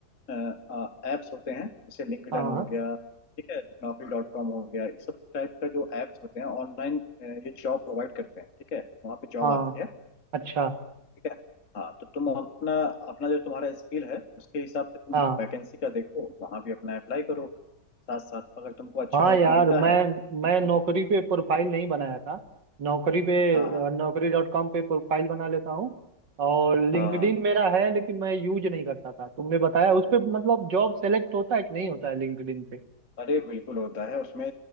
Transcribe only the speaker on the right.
हाँ
हाँ
अच्छा
हाँ
हाँ
यार
मैं
मैं
नौकरी
पे प्रोफाइल नहीं बनाया था नौकरी पे
नौकरी डॉट कॉम पे प्रोफाइल बना लेता हूँ और लिंक्डइन
मेरा है लेकिन मैं यूज नहीं करता था तुमने बताया उस पे मतलब जॉब सेलेक्ट होता है कि नहीं होता है लिंक्डइन पे